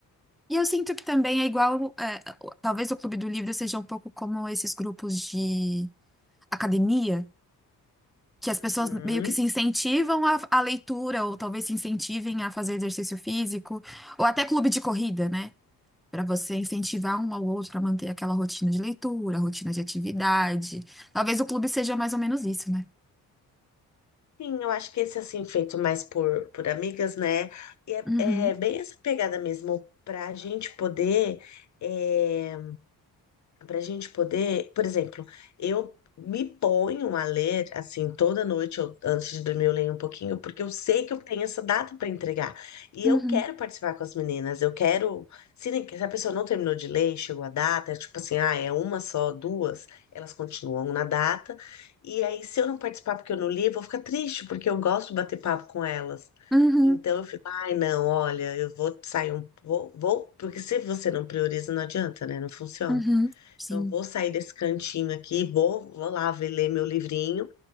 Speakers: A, in the centre; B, on the left.
A: E eu sinto que também é igual, é, o- talvez o Clube do Livro seja um pouco como esses grupos de academia, que as pessoas
B: Uhum.
A: meio que se incentivam à, à leitura, ou talvez se incentivem a fazer exercício físico, ou até clube de corrida, né? Para você incentivar um ao outro a manter aquela rotina de leitura, rotina de atividade. Talvez o clube seja mais ou menos isso, né?
B: Sim, eu acho que esse assim, feito mais por, por amigas, né? E é,
A: Uhum,
B: é bem essa pegada mesmo, pra gente poder. eh, para a gente poder, por exemplo, eu me ponho a ler assim toda noite eu- antes de dormir eu leio um pouquinho porque eu sei que eu tenho essa data para entregar e
A: uhum,
B: eu quero participar com as meninas eu quero se, nem- se a pessoa não terminou de ler e chegou a data é tipo assim ah é uma só duas elas continuam na data e aí se eu não participar porque eu não li eu vou ficar triste porque eu gosto de bater papo com elas
A: uhum,
B: então eu fico ai não olha eu vou sair um vou, vou porque se você não prioriza não adianta né não funciona
A: uhum. Sim,
B: então, eu vou sair desse cantinho aqui, vou, vou lá ver, ler meu livrinho